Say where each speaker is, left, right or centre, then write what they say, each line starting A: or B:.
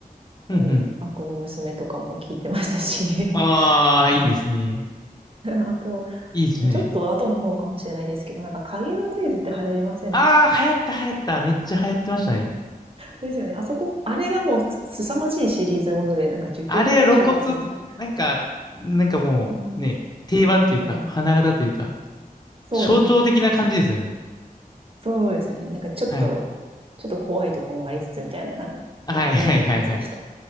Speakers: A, on the left; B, on the right.
A: うん、
B: うん、
A: うん。
B: 悪の娘とかも聞いてましたし、
A: ああ、
B: <laughs> あ
A: いいですね。
B: あと、
A: いいですね。
B: ちょっと後の方かもしれないですけど、なんか影のデイズって流行りませんでした。
A: ああ、流行った、流行った。めっちゃ流行ってましたね。
B: ですよね。あそこ、あれがもうす凄まじいシリーズもので、なんか10曲以上あったじゃん。
A: あれ、露骨、なんか、なんかもう、
B: うん。
A: ね、定番というか、
B: うん。
A: 花形というか、象徴的な感じですよね。
B: そうですね。そうですよね。なんかちょっと、
A: はい。
B: ちょっと怖いとこもありつつみたいな、なんか、
A: はい、
B: ボカロって感じでした。
A: はい、はい、はい。